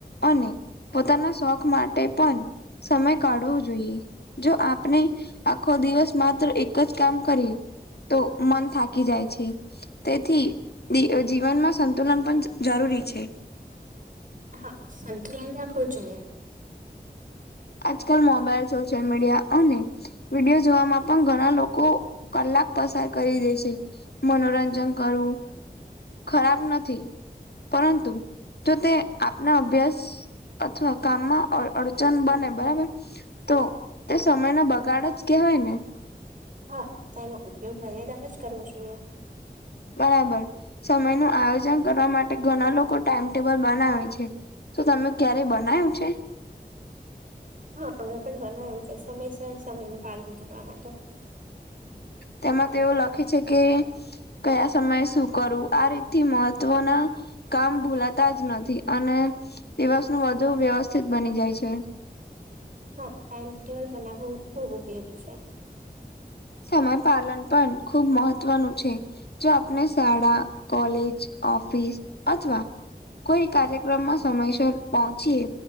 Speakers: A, on the left; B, on the right.
A: અને પોતાના શોખ માટે પણ સમય કાઢવો જોઈએ. જો આપને આખો દિવસ માત્ર એક જ કામ કરીએ. તો મન થાકી જાય છે, તેથી જીવનમાં સંતુલન પણ જરૂરી છે.
B: હા, સંંતુલન રાખવું જોઈએ.
A: આજકાલ મોબાઈલ સોશિયલ મીડિયા અને વિડીયો જોવામાં પણ ઘણા લોકો કલાક પસાર કરી દે છે. મનોરંજન કરવું ખરાબ નથી પરંતુ જો તે આપના અભ્યાસ અથવા કામમાં અડચન બને બરાબર તો તે સમય નો બગાડ જ કેવાય ને
B: હા તોનો ઉપયોગ મર્યાદામા જ કરવો જોઈએ.
A: બરાબર સમય નું આયોજન કરવા માટે ઘણા લોકો ટાઈમટેબલ બનાવે છે. તો તમે ક્યારેય બનાય્યું છે?
B: હા, અમે પણ બનાવ્યું છે સમયસર સમયનું પાલન કરવા માટે.
A: તેમાં તેઓ લખે છે કે કયા સમયે શું કરવું આ રીતથી મહત્વના કામ ભૂલાતા જ નથી અને દિવસ ન વધુ વ્યવસ્થિત બની જાય છે.
B: હા, ટાઈમ ટેબલ બનાવવું ખુબ ઉપયોગી છે.
A: સમય પાલન પણ ખુબ મહત્વનું છે. જો આપણે શાળા કોલેજ ઓફિસ અથવા કોઈ કાર્યક્રમમાં સમયસર પહોંચીએ.